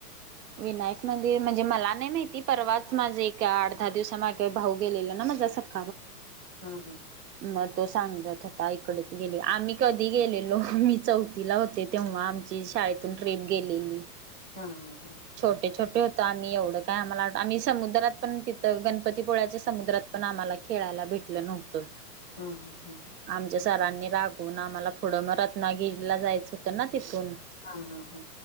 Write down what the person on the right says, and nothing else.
विनायक म्हणे म्हणजे मला नाही माहिती, परवाच माझे एक आठ, दहा दिवसा मागे भाऊ गेलेलं ना माझं स- <inaudible>
मग तो सांगत होता, इकडे गेले आम्ही कधी गेलेलो मी चौथीला होते तेव्हा आमचे- ती शाळेतून ट्रिप गेलेली.
छोटे, छोटे होतो आम्ही एवढं काय आम्हाला आठ- आणि समुद्रात पण तिथं गणपतीपोळ्याच्या समुद्रात- पण आम्हाला खेळायला भेटलं नव्हतं.
आमच्या सरांनी रागवून आम्हाला पुढं म रत्नागिरीला जायचं होतं ना तिथून